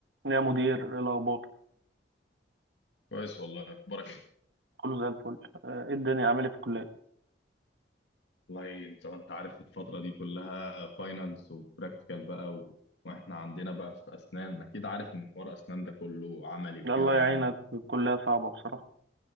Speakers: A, on the right; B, on the left.
A: يا مدير إيه الأخبار
B: كويس والله اخبارك ايه
A: كله زي الفل آه، إيه الدنيا عامل إيه في الكلية
B: والله انت انت عارف الفتره دي كلها فاينلز وبراكتيكال بقى و... واحنا عندنا بقى في اسنان اكيد عارف ان حوار اسنان ده كله عملي وكده
A: لا، الله يعينك
B: يعني
A: الكلية صعبة بصراحة